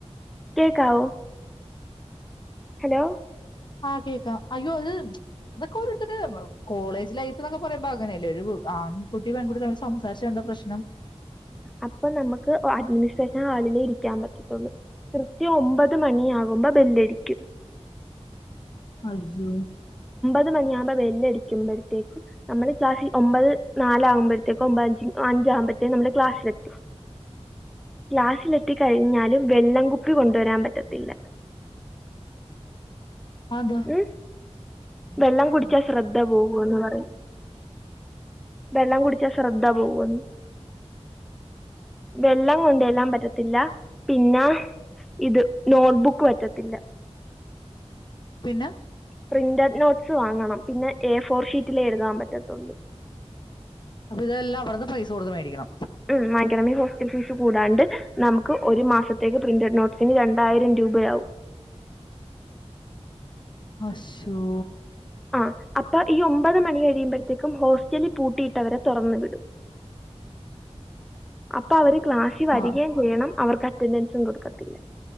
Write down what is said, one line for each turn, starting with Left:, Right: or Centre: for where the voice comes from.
Centre: കേക്കാവോ? ഹലോ
Left: ആഹ് കേക്കാം അയ്യോ അത് അതൊക്കെ ഒരേത്തരുടെ കോളേജ് ലൈഫ് എന്നൊക്കെ പറയമ്പം അങ്ങനെയല്ലേ ഒരു ആ കുട്ടി പെൺകുട്ടി തമ്മിൽ സംസാരിച്ച എന്താ പ്രശ്നം
Centre: അപ്പെ നമ്മക്ക് അഡ്മിനിസ്ട്രേഷൻ ഹാളി ഇരിക്കാൻ പറ്റെത്തുള്ളൂ കൃത്യം ഒമ്പത് മണിയാകുമ്പോ ബെല്ലടിക്കും
Left: അയ്യോ
Centre: ഇത് എന്ന് പറഞ്ഞാ ബല്ല്ടിക്കുമ്പഴേ ത്തോക്കും നമ്മള് ക്ലാസ്സിൽ ഒമ്പത് നാലാമ്പഴത്തേക്കോ ഒമ്പത് അഞ്ചി അഞ്ചാകാമ്പഴത്ത് റ്റ് നമ്മള് ക്ലാസിലെത്തി ക്ലാസിലെ ത്തി കഴിഞ്ഞാലും വെള്ളം കുപ്പി കൊണ്ടുവരാൻ പറ്റത്തില്ല
Left: അതോ
Centre: ഉം വെള്ളം കുടിച്ചാ ശ്രദ്ധ പോകുവെന്ന് പറയും വെള്ളം കുടിച്ചാ ശ്രദ്ധ പോകുവെന്ന് വെള്ളം കൊണ്ട് ചെല്ലാൻ പറ്റത്തില്ല പിന്നെ ഇത് നോട്ട്ബുക്ക് പറ്റത്തില്ല
Left: ന്ന
Centre: പ്രിന്റഡ് നോട്ട്സ് വാങ്ങണം പിന്നെ എഫോർ ഷീറ്റിലേ എഴുതാൻ പറ്റത്തുള്ളൂ
Left: അപ്പൊ ഇതെല്ലാം അവിടെന്ന് പൈസ കൊട്ത്ത് മേടിക്കണം
Centre: ഉം വാങ്ങിക്കണമിൽ ഹോസ്റ്റൽഫീസ് കൂടാണ്ട് നമുക്ക് ഒരു മാസത്തേക്ക് പ്രിൻ്റെഡ് നോട്ട്സിന് രണ്ടായിരം രൂപയാവും.
Left: അഷോ
Centre: ആ അപ്പാ ഈ ഒമ്പത് മണി കഴിയുമ്പോഴത്തേക്കും ഹോസ്റ്റലി പൂട്ടിയിട്ടവരെ തുറന്ന് വിടും അപ്പ അവര് ക്ലാഷ് വരികേം
Left: ആഹ്
Centre: ചെയ്യണം അവർക്ക് റ്റൻ്റൻസും കൊട്ക്കത്തില്ല